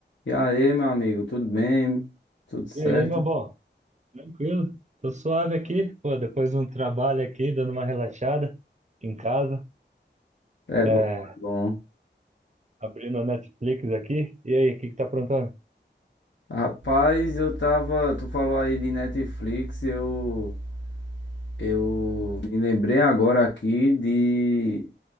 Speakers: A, on the left (about 75°); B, on the right (about 40°).
A: E aí, meu amigo, tudo bem? Tudo certo?
B: E aí, meu bom? Tranquilo? Tô suave aqui, pô, depois de um trabalho aqui, dando uma relaxada em casa,
A: É
B: é,
A: bom, é bom.
B: abrindo a Netflix aqui. E aí, o que que tá aprontando?
A: Rapaz, eu tava. Tu falou aí de Netflix, eu. Eu me lembrei agora aqui de.